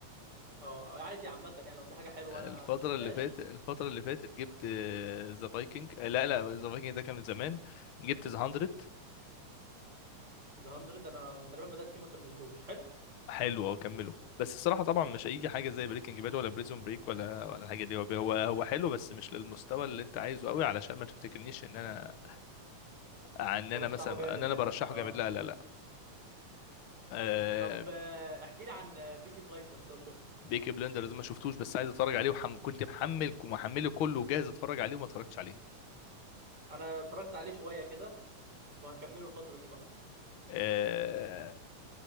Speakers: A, on the right; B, on the left.
A: اه أو عادي عامه يعني لو في حاجه حلوه
B: الفترة
A: انا ما شفتهاش
B: اللي فاتت الفترة اللي فاتت جبت ذا فايكنج لا لا ذا فايكنج ده كان من زمان جبت ذا 100
A: ذا 100 انا تقريبا بدات فيه ما كملتوش حلو
B: حلو أهو، كمله بس الصراحة طبعا مش هيجي حاجة زي بريكنج باد ولا بريزون بريك ولا ولا الحاجة دي هو هو هو حلو بس مش للمستوى اللي انت عايزه قوي علشان ما تفتكرنيش ان انا ان
A: مرشحه
B: انا مثلا
A: جامد
B: ان انا
A: يعني
B: برشحه
A: اه
B: جامد لا لا لا آه،
A: طب آه، احكي لي عن بيكي بلايندرز لو شفته
B: بيكي بلندرز ما شفتوش بس عايز اتفرج عليه وحم... كنت محمل ومحمله كله وجاهز اتفرج عليه وما اتفرجتش عليه
A: انا اتفرجت عليه شويه كده وهكمله الفتره دي بقى
B: آه،